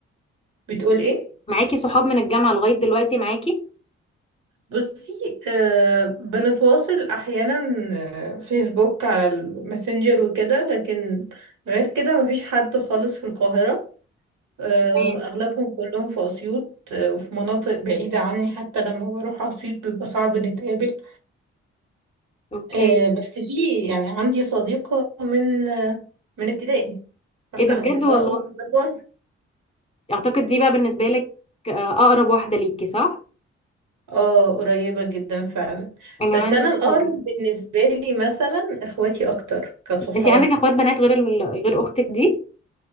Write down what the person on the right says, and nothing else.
بتقول ايه
بصي آه بنتواصل احيانا آه، فيسبوك على الماسنجر وكده لكن غير كده مفيش حد خالص في القاهرة آه
اغلبهم كلهم في اسيوط آه، وفي مناطق بعيدة عني حتى لما بروح اسيوط بيبقى صعب نتقابل
آه بس في يعني عندي صديقة من آه من ابتدائي فاحنا
اصدقاء
وبنتواصل
اه قريبة جدا فعلا
بس
انا
الاقرب بالنسبة لي مثلا اخواتي اكتر كصحاب